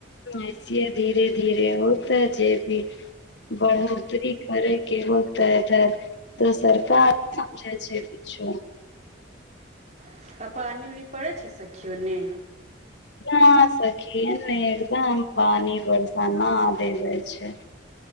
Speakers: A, on the left (about 60°); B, on the right (about 35°).
A: ऐस धीरे धीरे होत जे भी बढ़ोतरी करै के होतै धर तऽ सरकार समझे छै कुछो
B: आ पानि उऊनी पड़ै छै सखी ओन्ने
A: न सखी एन्ने एकदम पानी वर्षा न देले छै